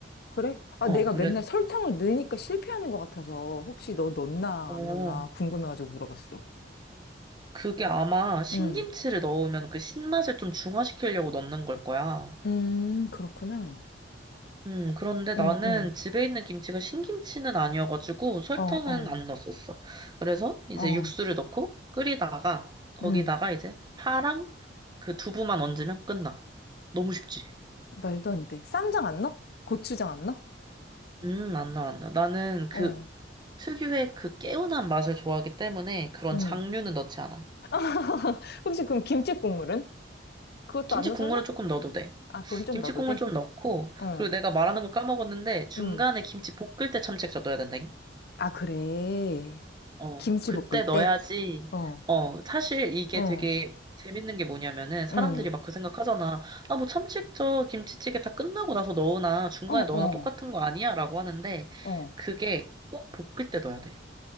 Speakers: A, on the left; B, on the right.
A: 그래? 아,
B: 어,
A: 내가
B: 그래.
A: 맨날 설탕을 넣으니까 실패하는 것 같아서 혹시 너 넣나
B: 어,
A: 안 넣나 궁금해가지고 물어봤어.
B: 그게 아마 신김치를
A: 음,
B: 넣으면 그 신맛을 좀 중화시키려고 넣는 걸 거야.
A: 음, 그렇구나.
B: 음, 그런데 나는
A: 음, 음,
B: 집에 있는 김치가 신김치는 아니어가지고 설탕은
A: 어, 어,
B: 안 넣었었어. 그래서 이제
A: 어,
B: 육수를 넣고 끓이다가 거기다가
A: 음,
B: 이제 파랑 그 두부만 얹으면 끝나. 너무 쉽지?
A: 말도 안 돼. 쌈장 안 넣어? 고추장 안 넣어?
B: 음, 안 나, 안 나. 나는 그
A: 어,
B: 특유의 그 개운한 맛을 좋아하기 때문에 그런
A: 음.
B: 장류는 넣지 않아.
A: <laughs> 혹시 그럼 김치 국물은? 그것도
B: 김치
A: 안 넣어
B: 국물은
A: 설마?
B: 조금 넣어도 돼.
A: 아, 그건 좀
B: 김치
A: 넣어도
B: 국물
A: 돼?
B: 좀 넣고,
A: 어,
B: 그리고 내가 말하는 걸 까먹었는데, 중간에
A: 응.
B: 김치 볶을 때 참치액젓 넣어야 된다잉?
A: 아, 그래.
B: 어,
A: 김치
B: 그때
A: 볶을
B: 넣어야지.
A: 때? 어,
B: 어, 사실 이게
A: 어,
B: 되게 재밌는 게 뭐냐면은, 사람들이
A: 응.
B: 막 그 생각하잖아. 아, 뭐 참치액젓 김치찌개 다 끝나고 나서 넣으나, 중간에
A: 어, 어,
B: 넣으나 똑같은 거 아니야? 라고 하는데,
A: 어.
B: 그게 꼭 볶을 때 넣어야 돼.